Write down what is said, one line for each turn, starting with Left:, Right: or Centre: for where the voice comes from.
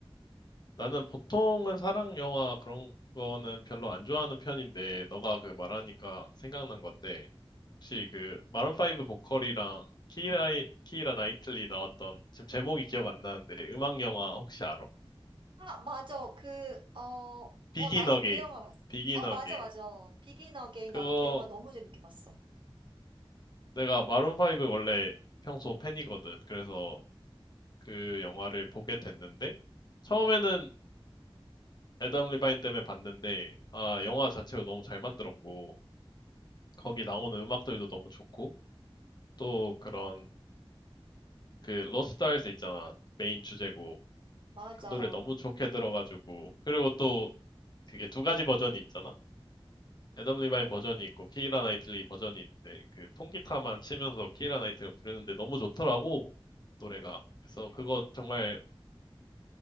Left: 나는 보통은 사랑 영화 그런 거는 별로 안 좋아하는 편인데, 너가 그 말하니까 생각난 건데, 혹시 그 마룬5 보컬이랑 키라, 키라 나이틀리 나왔던, 지금 제목이 기억 안 나는데, 음악 영화 혹시 알아?
Right: 아, 맞아. 그, 어,
Left: 비긴
Right: 어, 나도
Left: 어게인.
Right: 그 영화 봤어.
Left: 비긴
Right: 어,
Left: 어게인.
Right: 맞아, 맞아. 비긴 어게인
Left: 그거
Right: 나도 그 영화 너무 재밌게 봤어.
Left: 내가 마룬5 원래 평소 팬이거든. 그래서 그 영화를 보게 됐는데, 처음에는 애덤 리바인 때문에 봤는데, 아, 영화 자체가 너무 잘 만들었고, 거기 나오는 음악들도 너무 좋고, 또 그런 그 로스트 알스 있잖아. 메인 주제곡.
Right: 맞아.
Left: 그 노래 너무 좋게 들어가지고. 그리고 또 그게 두 가지 버전이 있잖아. 애덤 리바인 버전이 있고 키이라 나이틀리 버전이 있는데 그 통기타만 치면서 키이라 나이틀리가 부르는데 너무 좋더라고. 노래가. 그래서 그거 정말